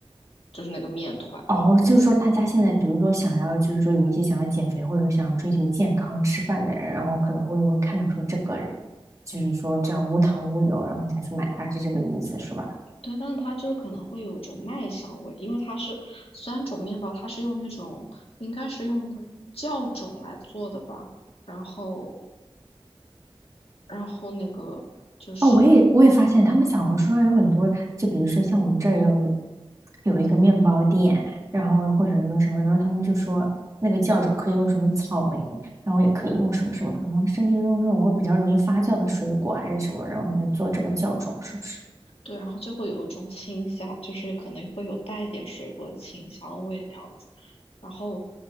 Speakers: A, on the left; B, on the right.
A: 就是那个面团。
B: 哦，就是说，大家现在比如说想要，就是说有一些想要减肥或者说想要追求健康吃饭的人，然后可能会会看到说这个，就是说这样无糖无油，然后才去买它，是这个意思是吧？
A: 对，但是它就是可能会有一种麦香味，因为它是三种面包，它是用那种应该是用一个酵种来做的吧。然后，然后那个就是
B: 哦，我也我也发现他们小红书上有很多，就比如说像我们这儿也有有一个面包店，然后或者说什么，然后他们就说那个酵种可以用什么草莓，然后也可以用什么什么，好像甚至用这种会比较容易发酵的水果还是什么，然后来做这个酵种，是不是？
A: 对，然后就会有一种清香，就是可能会有带一点水果的清香味那样子。然后，